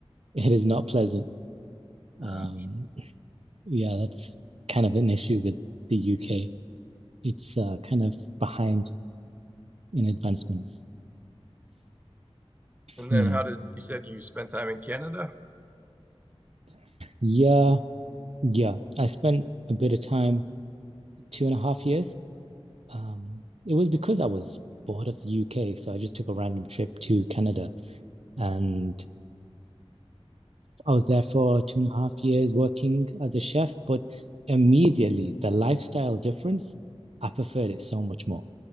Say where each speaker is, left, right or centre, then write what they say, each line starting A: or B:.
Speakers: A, on the right; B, on the right.
A: It is not pleasant.
B: uh,
A: Um, yeah, that's kind of an issue with the UK. It's uh, kind of behind in advancements.
B: And
A: Hmm.
B: then how
A: <clears throat>
B: did you said you spent time in Canada?
A: Yeah, yeah. I spent a bit of time, two and a half years. Um, it was because I was bored of the UK, so I just took a random trip to Canada, and I was there for two and a half years working as a chef. But immediately, the lifestyle difference, I preferred it so much more.